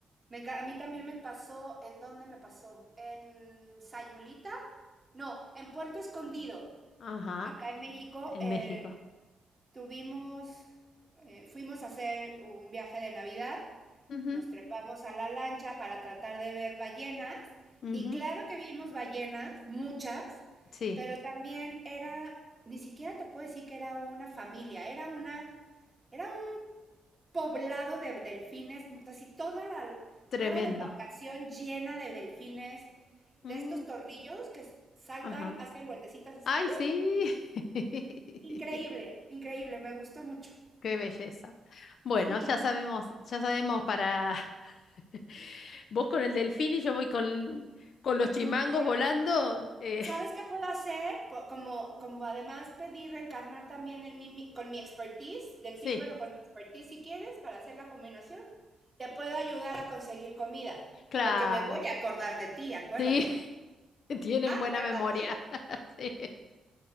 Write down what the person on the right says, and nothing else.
Me enca- a mí también me pasó, ¿en dónde me pasó? ¿En Sayulita? No, en Puerto Escondido.
Acá en México
eh,
tuvimos, eh, fuimos a hacer un viaje de Navidad,
nos trepamos a la lancha para tratar de ver ballenas
y claro que vimos ballenas, muchas,
pero también era, ni siquiera te puedo decir que era una familia, era una, era poblado de delfines, así toda la,
toda la embarcación llena de delfines,
de estos tornillos que saltan,
hacen vueltecitas así.
¿tú ves?
Increíble, increíble, me gustó mucho.
Sí.
Y
tú, con,
¿sabes qué puedo hacer? Po- Como, como además pedí reencarnar también en mí mi- con mi expertise, delfín,
pero
con mi expertise si quieres, para hacer la combinación. Te puedo ayudar a conseguir comida,
porque me voy a acordar de ti, acuérdate.
Acuérdate.